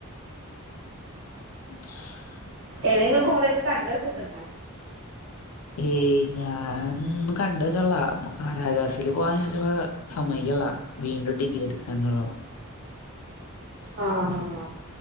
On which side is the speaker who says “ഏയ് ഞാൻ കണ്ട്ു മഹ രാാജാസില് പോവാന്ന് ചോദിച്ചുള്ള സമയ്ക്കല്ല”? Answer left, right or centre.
Left